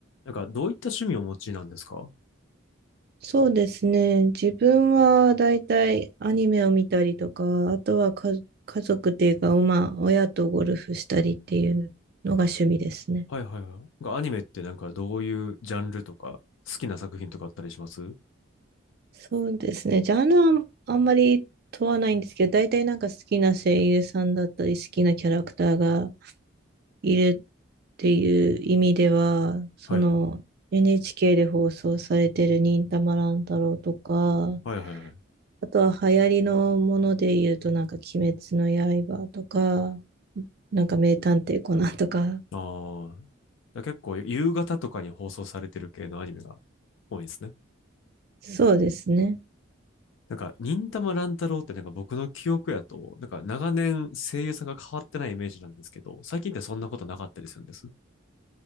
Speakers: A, on the left (about 70°); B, on the right (about 50°).
A: なんか、どういった趣味をお持ちなんですかは
B: そうですね。自分はだいたいアニメを見たりとか、あとはか家族っていうか、まあ、親とゴルフしたりっていうのが趣味ですね。
A: いはいはい。がアニメってなんか、どういうジャンルとか、好きな作品とかあったりします
B: そうですね。ジャンルはあんまり問わないんですけど、だいたいなんか好きな声優さんだったり、好きなキャラクターがいるっていう意味では、その
A: はいはい。
B: NHK で放送されてる忍たま乱太郎とか、
A: はいはいはい。
B: あとは流行りのもので言うと、なんか鬼滅の刃とか、なんか名探偵コナンとか、
A: ああ。だ結構、夕方とかに放送されてる系のアニメが多いですね。
B: そうですね。
A: なんか、忍たま乱太郎ってなんか僕の記憶やと、なんか長年声優さんが変わってないイメージなんですけど、最近ってそんなことなかったりするんです。